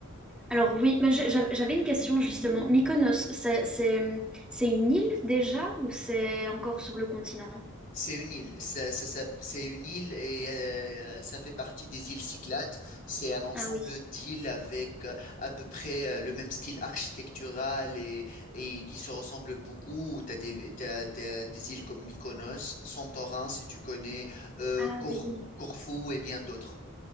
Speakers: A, in the centre; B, on the left.
A: Alors oui, mais je- j'av- j'avais une question justement. Mykonos, c'est, c'est, c'est une île déjà ou c'est encore sur le continent?
B: C'est une île, ça, ça, ça- c'est une île et euh, ça fait partie des îles Cyclades. C'est un ensemble
A: Ah oui.
B: d'îles avec euh, à peu près euh, le même style architectural et, et qui se ressemblent beaucoup. Tu as des, t'as- t'as des îles comme Mykonos, Santorin, si tu connais, euh,
A: Ah
B: Cor-
A: oui.
B: Corfou et bien d'autres.